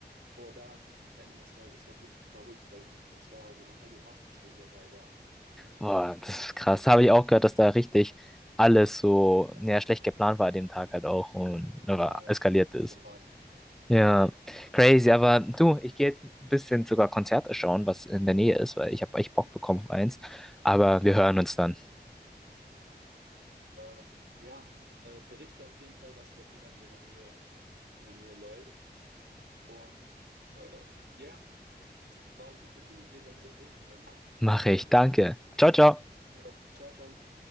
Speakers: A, on the right; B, in the centre.
A: Aber daran kann ich mich noch erinnern, das war, das war wirklich verrückt. Es war so eine halbe Massenschlägerei da. Und
B: Boah, das ist krass. Habe ich auch gehört, dass da richtig alles so,
A: ja,
B: ja, schlecht geplant war an dem Tag halt auch und aber
A: ja
B: eskaliert
A: das war katastrophal.
B: ist. Ja, crazy. Aber du, ich gehe jetzt ein bisschen sogar Konzerte schauen, was in der Nähe ist, weil ich habe echt Bock bekommen auf eins.
A: Mhm.
B: Aber wir hören uns dann.
A: Äh, ja, äh, berichte auf jeden Fall, was bei dir dann so in der Nähe, in der Nähe läuft. Und äh, ja, war auf jeden Fall cool, mit dir darüber geredet zu haben.
B: Mache
A: Freut
B: ich.
A: mich.
B: Danke. Ciao, ciao.
A: Ja. Ciao, ciao.